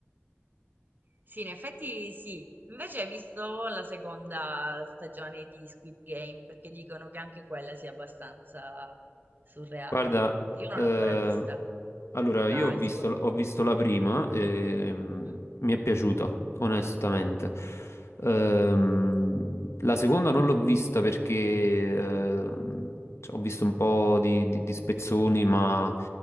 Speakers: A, on the right; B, on the left.
A: sì, in effetti sì. Invece hai visto la seconda stagione di Squid Game, perché dicono che anche quella sia abbastanza surreale.
B: Guarda,
A: Io non
B: ehm,
A: l'ho ancora vista,
B: allora
A: la,
B: io ho visto,
A: il secondo...
B: ho visto la prima e mm,
A: Mhm,
B: mi è piaciuta, onestamente. Ehm, la seconda non l'ho vista perché ehm, cioè, ho visto un po' di, di- di spezzoni, ma